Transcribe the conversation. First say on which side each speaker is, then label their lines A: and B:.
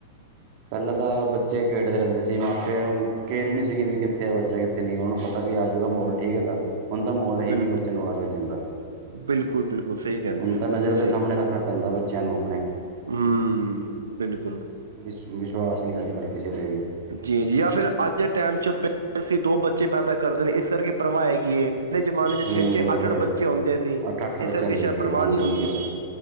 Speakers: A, on the right; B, on the right.
A: ਪਹਿਲਾਂ ਤਾਂ ਬੱਚੇ ਖੇਡਦੇ ਰਹਿੰਦੇ ਸੀ, ਮਾਪਿਆਂ ਨੂੰ ਕਹਿੜ ਹੀ ਨਹੀਂ ਸੀ ਵੀ ਕਿੱਥੇ ਆ ਬੱਚਾ ਕਿਥੇ ਤੇ ਨਹੀਂ, ਹੁਣ ਔਨੂੰ ਪਤਾ ਵੀ ਆ ਜੂਗਾ ਮਾਹੌਲ ਠੀਕ ਹੈਗਾ ਹੁਣ ਤਾਂ ਮਾਹੌਲ ਹੈ ਹੀ
B: ਬਿਲਕੁਲ
A: ਨਹੀਂ ਬੱਚਿਆਂ ਨੂੰ ਬਾਹਰ ਭੇਜਣ ਦਾ,
B: ਬਿਲਕੁਲ ਬਿਲਕੁਲ ਸਹੀ ਕਹਿੰਦੇ
A: ਹੁਣ
B: ਪਏ
A: ਤਾਂ ਨਜ਼ਰਾਂ
B: ਬਿਲਕੁਲ
A: ਦੇ ਸਾਹਮਣੇ ਰੱਖਣਾ ਪੈਂਦਾ ਬੱਚਿਆਂ ਨੂੰ ਆਪਣੇ
B: ਹੂ ਬਿਲਕੁਲ
A: ਵਿਸ਼ ਵਿਸ਼ਵਾਸ ਨਹੀਂ ਅੱਜ ਕੱਲ੍ਹ ਕਿਸੇ ਤੇ ਵੀ
B: ਜੀ ਜੀ ਜਾਂ ਫਿਰ ਅੱਜ ਦੇ ਟਾਈਮ ਚ ਪੇਰੈਂਟਸ ਹੀ ਦੋ ਬੱਚੇ ਪੈਦਾ ਕਰਦੇ ਨੇ, ਇਸ ਕਰਕੇ ਪ੍ਰਵਾਹ ਹੈਗੀ ਏ ਪਹਿਲੇ ਜ਼ਮਾਨੇ ਚ
A: ਹੂੰ
B: ਛੇ ਛੇ
A: ਬਿਲਕੁਲ
B: ਅੱਠ ਅੱਠ ਬੱਚੇ ਹੁੰਦੇ ਸੀ,
A: ਅੱਠ ਅੱਠ
B: ਇਸ
A: ਬੱਚੇ
B: ਕਰਕੇ
A: ਹੁੰਦੇ
B: ਸ਼ਾਇਦ
A: ਸੀਗੇ
B: ਪਰਵਾਹ
A: ਹਾਂਜੀ
B: ਨਹੀਂ ਹੁੰਦੀ
A: ਬਿਲਕੁਲ
B: ਸੀ